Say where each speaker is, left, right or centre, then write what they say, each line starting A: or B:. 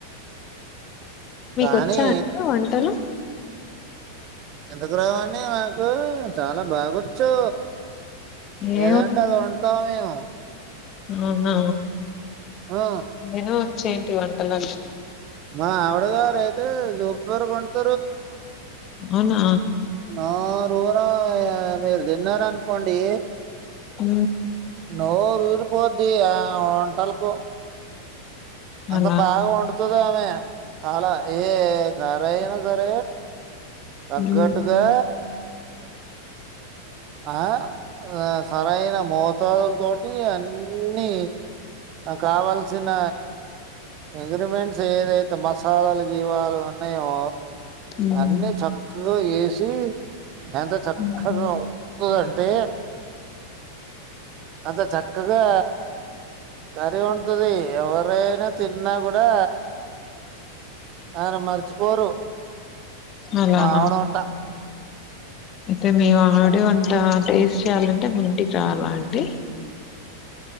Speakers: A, on the left; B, on the right.
A: మీకోచ్చా
B: కానీ
A: అండి వంటలు
B: ఎందుకు రావండి నాకు చాలా బాగొచ్చు
A: ఏం
B: ఏదంటడి అద సమయం
A: అవునా
B: ఆ
A: ఏను చ్చంటి వంటలల్లో
B: మా ఆవడదవయితే జప కత్త
A: అవునా
B: నా ఊర మీరు తిన్నారనుకోండి
A: ఉ
B: నోరుఊరు పోద్ది ఆ వంటలకు అంత
A: అలా
B: బాగా వండుతుంది ఆమె చాలా ఏ కరయినా జర తగ్గట్టుగా
A: ఉమ్,
B: ఆ ఆ సరయినా మో మత్తదుల తోటి అన్ని కావాల్సిన ఇంగ్రిడియంట్స్ ఏదైతే మసాలాలు గీవాలు ఉన్నాయో
A: ఉమ్,
B: అన్ని చక్ ఓ ఏటి దాంతో చక్కగా
A: ఉమ్,
B: అంటే అంత చక్కగా కర్రీ వండుతది ఎవరైనా తిన్నా కూడా ఆర మర్చిపోరు
A: అలానా
B: మావడ వంట
A: అయితే మీ ఆడ అంతా టేస్ట్ చేయాలంటే ము ఇంటికి రాలా అండి